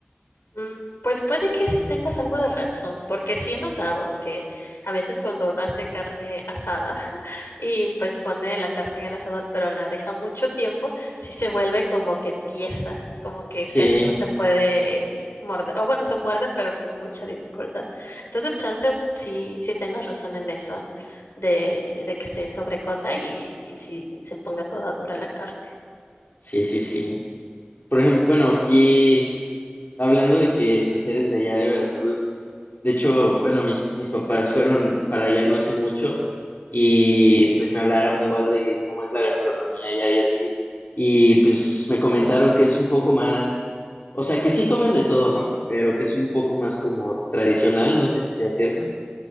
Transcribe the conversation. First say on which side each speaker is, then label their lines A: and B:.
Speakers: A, on the left; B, on the left.
A: Mm, Pues puede que sí tengas algo de razón, porque sí he notado que a veces cuando uno hace carne asada <laughs> y pues pone la carne en el asador, pero la deja mucho tiempo, sí se vuelve como que tiesa, como que
B: Sí,
A: casi no se puede morder, o bueno, se muerde, pero con mucha dificultad. Entonces, chance, sí, sí tengas razón en eso, de, de que se sobrecosa y, y si se ponga toda dura la carne.
B: sí, sí, sí. Por ejemplo, bueno, y hablando de que pues eres de allá de Veracruz, de hecho, bueno, mis, mis papás fueron para allá no hace mucho y pues me hablaron igual de cómo es la gastronomía allá y así, y pues me comentaron que es un poco más, o sea, que sí comen de todo, ¿no? Pero que es un poco más como tradicional, no sé si sea cierto.